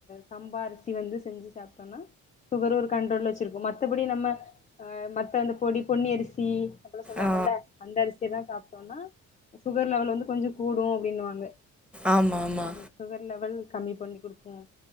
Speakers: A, on the left; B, in the centre.
A: சம்பா வந்து செஞ்சு சாப்பிட்டோம்னா சுகர் ஒரு கண்ட்ரோல் வச்சிருக்கும் மத்தபடி நம்மஹ் மத்த அந்த பொடி பொன்னி அரிசி அப்பளாசொல்வாங்கல்ல
B: ஆ
A: அரிசியிலல்லாம் சாப்ப டோன்னா சுகர் லெவல் வந்து கொஞ்சம் கூடும் அப்படினு சொல்லு வாங்க
B: ஆமா ஆமா
A: சுகர் லெவல் கம்மி பண்ணி கொடுக்கும்